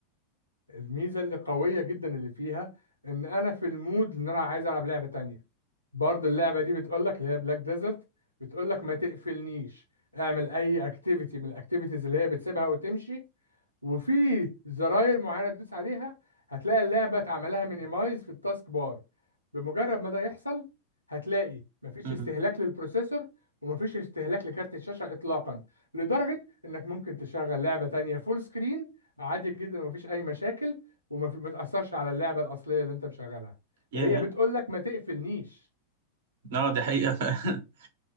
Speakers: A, on the left; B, on the right.
A: الميزة اللي قوية جدا اللي فيها ان انا في المود ان انا عايز العب لعبة تانية برضه اللعبه دي بتقول لك اللي هي بلاك ديزرت بتقول لك ما تقفلنيش اعمل اي اكتيفيتي من الاكتيفيتيز اللي هي بتسيبها وتمشي وفي زراير معينه تدوس عليها هتلاقي اللعبه اتعملها مينيمايز في التاسك بار بمجرد ما ده يحصل هتلاقي مفيش
B: مم.
A: استهلاك للبروسيسور ومفيش استهلاك لكارت الشاشه اطلاقا لدرجه انك ممكن تشغل لعبه تانية فول سكرين عادي جدا ومفيش اي مشاكل وما في- ما تاثرش على اللعبه الاصليه اللي انت مشغلها
B: ياه
A: فهي بتقول لك ما تقفلنيش
B: لا دي حقيقة فعلا <laughs>